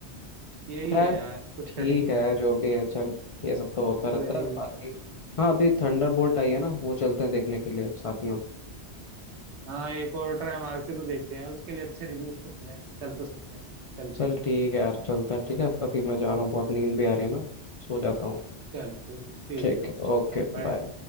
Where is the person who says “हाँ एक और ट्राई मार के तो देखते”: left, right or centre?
Right